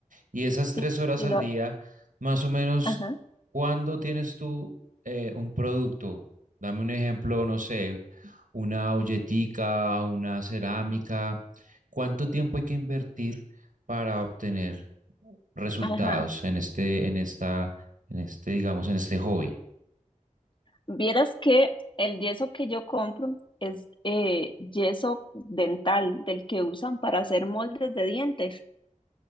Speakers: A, on the right; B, on the left.
A: Y esas tres
B: Y,
A: horas
B: y
A: al
B: lo,
A: día, más o menos,
B: ajá,
A: ¿cuándo tienes tú eh, un producto? Dame un ejemplo, no sé, una olletica, una cerámica. ¿Cuánto tiempo hay que invertir para obtener resultados
B: ajá.
A: en este, en esta, en este, digamos, en este hobby?
B: Vieras que el yeso que yo compro es eh, yeso dental, del que usan para hacer moldes de dientes.